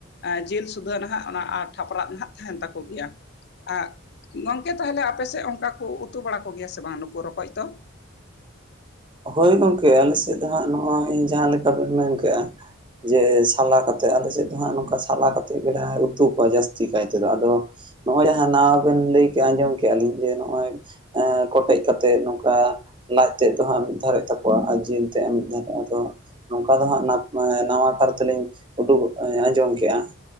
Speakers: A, on the left; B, on the right.
A: ᱮ ᱡᱮᱞ ᱥᱩᱫᱷᱟᱹ ᱱᱟᱦᱟᱜ ᱚᱱᱟ ᱴᱷᱟᱯᱨᱟᱜ ᱱᱟᱸᱜ ᱛᱟᱦᱮᱱ ᱛᱟᱠᱚ ᱜᱮᱭᱟ ᱟᱜ ᱜᱚᱝᱠᱮ ᱛᱟᱦᱞᱮ ᱟᱯᱮᱥᱮᱜ ᱚᱝᱠᱟ ᱠᱚ ᱩᱛᱩ ᱵᱟᱲᱟ ᱠᱚᱜᱮᱭᱟ ᱥᱮ ᱵᱟᱝ ᱱᱩᱠᱩ ᱨᱚᱠᱚᱡ ᱫᱚ?
B: ᱦᱳᱭ ᱜᱚᱝᱠᱮ ᱟᱞᱮ ᱥᱮᱫ ᱫᱚ ᱦᱟᱸᱜ ᱱᱚᱜᱚᱭ ᱡᱟᱦᱟᱸ ᱞᱮᱠᱟ ᱵᱮᱱ ᱢᱮᱱ ᱠᱮᱜᱼᱟ᱾ ᱡᱮ ᱥᱟᱞᱟ ᱠᱟᱛᱮᱜ ᱟᱞᱮ ᱥᱮᱫ ᱫᱚ ᱦᱟᱸᱜ ᱱᱚᱝᱠᱟ ᱥᱟᱞᱟ ᱠᱟᱛᱮᱜ ᱜᱮᱞᱮ ᱩᱛᱩ ᱠᱚᱣᱟ ᱡᱟᱹᱥᱛᱤ ᱠᱟᱭ ᱛᱮᱫᱚ ᱟᱫᱚ ᱱᱚᱜᱼᱚᱭ ᱡᱟᱦᱟᱸ ᱵᱮᱱ ᱞᱟᱹᱭ ᱠᱮᱫ ᱟ ᱟᱸᱡᱚᱢ ᱠᱮᱫᱮᱜᱼᱟ ᱞᱤᱧ ᱡᱮ ᱱᱚᱜᱼᱚᱭ ᱠᱚᱴᱮᱡ ᱠᱟᱛᱮᱜ ᱱᱚᱝᱠᱟ ᱞᱟᱡ ᱛᱮᱡ ᱫᱚ ᱦᱟᱸᱜ ᱢᱤᱫ ᱫᱷᱟᱨᱮᱜ ᱛᱟᱠᱚᱣᱟ ᱟᱨ ᱡᱤᱞ ᱛᱮ ᱢᱤᱫ ᱫᱷᱟᱨᱮ ᱟᱫᱚ ᱱᱚᱝᱠᱟ ᱫᱚ ᱦᱟᱸᱜ ᱱᱟᱣᱟ ᱠᱟᱨ ᱛᱮᱞᱤᱧ ᱩᱰᱩᱠ ᱟᱸᱡᱚᱢ ᱠᱮᱜᱼᱟ